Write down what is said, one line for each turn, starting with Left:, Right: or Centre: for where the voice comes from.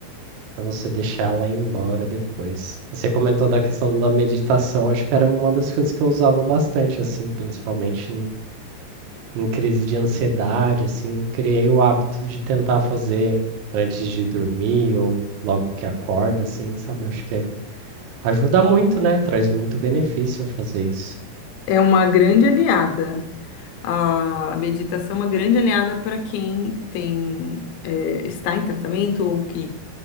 Right: você deixar ela ir embora depois. E Você comentou da questão da meditação, acho que era uma das coisas que eu usava bastante, assim, principalmente em, em crise de ansiedade, assim, criei o hábito de tentar fazer antes de dormir ou logo que acorda, assim, sabe? Acho que ajuda muito, né? Traz muito benefício fazer isso.
Left: É uma grande aliada. A meditação é uma grande aliada para quem tem, é, está em tratamento ou que